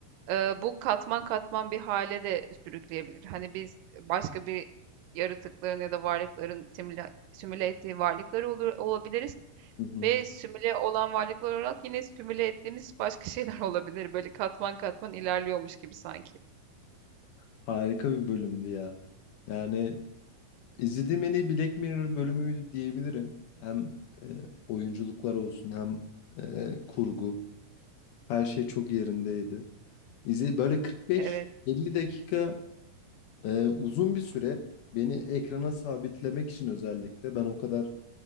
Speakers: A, on the right; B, on the left.
A: Ee, bu katman katman bir hale de sürükleyebilir. Hani biz başka bir yaratıkların ya da varlıkların simüle, simüle ettiği varlıklar olur, olabiliriz.
B: Hı hı.
A: Ve simüle olan varlıklar olarak yine simüle ettiğimiz başka şeyler <laughs> olabilir. Böyle katman katman ilerliyormuş gibi sanki.
B: Harika bir bölümdü ya. Yani izlediğim en iyi Black Mirror bölümüydü diyebilirim. Hem e, oyunculuklar olsun hem e, kurgu. Her şey çok yerindeydi. İzle böyle 45-50
A: Evet.
B: dakika e, uzun bir süre beni ekrana sabitlemek için özellikle ben o kadar